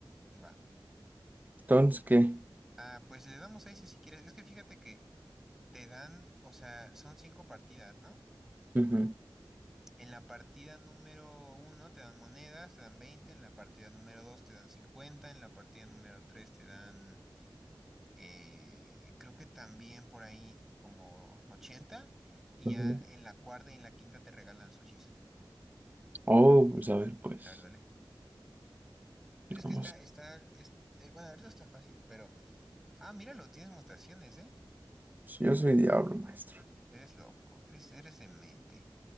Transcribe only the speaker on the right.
Entonces, ¿qué?
Ujú,
ujú.
Oh, pues a ver, pues.
Vamos.
Yo soy diablo, maestro.